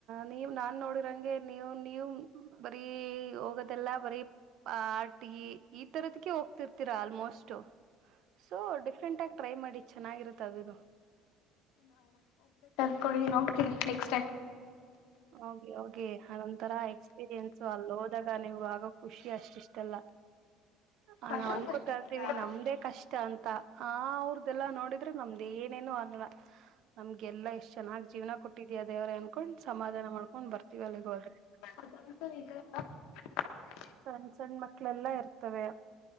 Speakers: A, on the right (about 65°); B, on the left (about 80°).
A: ನೀವ್ ನಾನ್ ನೋಡಿರಂಗೆ ನೀವು ನೀವು ಬರೀ ಹೋಗೋದೆಲ್ಲಾ ಬರೀ ಆರ್ಟಿಗಿ ಈ ತರದಕ್ಕೆ ಹೋಗ್ತಿರ್ತೀರಾ ಆಲ್ಮೋಸ್ಟ್ ಸೊ ಡಿಫ್ರೆಂಟ್ ಆಗ ಟ್ರೈ ಮಾಡಿ ಚೆನ್ನಾಗಿರತ್ತ ಅದನು
B: <unintelligible> ನೆಕ್ಸ್ ಟೈಮ್
A: ಹೋಗಿ ಹೋಗಿ ಅದೊಂತರ ಎಕ್ಸ್ಪೀರಿಯನ್ಸು ಅಲ್ಲಿ ಹೋದಾಗ ನಿಮ್ಗೆ ಆಗ ಖುಷಿ ಅಷ್ಟಿಷ್ಟ ಅಲ್ಲ ಹ
B: ಅಷ್ಟೊಂದು
A: ನಾವ್ ಅನ್ಕೋತಾ
B: ಖುಷಿ
A: ಇರ್ತೀವಿ
B: ಆಗುತ್ತಾ
A: ನಮ್ದೇ ಕಷ್ಟ ಅಂತ ಆ ಅವ್ರ್ದೆಲ್ಲಾ ನೋಡಿದ್ರೆ ನಮ್ದ ಏನ್ <unintelligible> ಏನ್ ಏನು ಆಗಲ್ಲ ನಮ್ಗೆಲ್ಲ ಎಷ್ಟ್ ಚೆನ್ನಾಗ್ ಜೀವನ ಕೊಟ್ಟಿದ್ಯಾ ದೇವರೇ <unintelligible> ಸಮಾಧಾನ ಮಾಡ್ಕೊಂಡ್ ಬರ್ತೀವಿ ಅಲ್ಲಿಗೆ ಹೋದ್ರೆ
B: <unintelligible>
A: ಸಣ್ಣ್ ಸಣ್ಣ ಮಕ್ಳಲ್ಲಾ ಇರ್ತವೆ